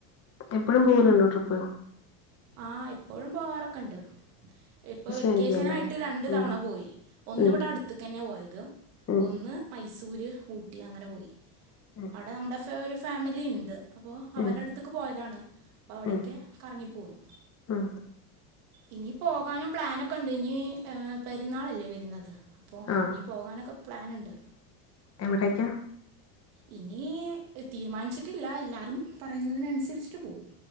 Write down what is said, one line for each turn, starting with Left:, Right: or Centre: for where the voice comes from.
Left: എപ്പഴും പോവലുണ്ടോ ട്രിപ്പ്
Right: ആഹ് ഇപ്പോഴും പോവാറൊക്കെ ഉണ്ട് ഇപ്പൊ വെക്കേഷൻ
Left: ആയിരിക്കും അല്ലേ
Right: ആയിട്ട് രണ്ടു
Left: ഉം
Right: തവണ പോയി ഒന്ന്
Left: ഉം
Right: ഇവിടെ അടുത്ത് ക്ക്‌ന്നെയാ പോയത്
Left: ഉം
Right: ഒന്ന് മൈസൂര് ഊട്ടി അങ്ങനെ പോയി
Left: ഉം
Right: അവിടെ നമ്മുടെ ഒരു ഫാമിലി ഇണ്ട് അപ്പം
Left: ഉം
Right: അവരെ അടുത്തക്ക് പോയതാണ് അപ്പ അവിടെയൊക്കെ
Left: ഉം ഉം
Right: കറങ്ങിപ്പോന്നു.
Left: ഉം
Right: ഇനി പോകാനും പ്ലാനൊക്കെ ഇണ്ട് ഇനി ഏഹ് പെരുന്നാളല്ലേ വരുന്നത് അപ്പോൾ
Left: ആഹ്
Right: ഇനി പോകാനൊക്കെ പ്ലാനുണ്ട്
Left: എവിടേക്കാ?
Right: ഇനി തീരുമാനിച്ചിട്ടില്ല എല്ലാരും പറയുന്നതിനനുസരിച്ചിട്ട് പോവും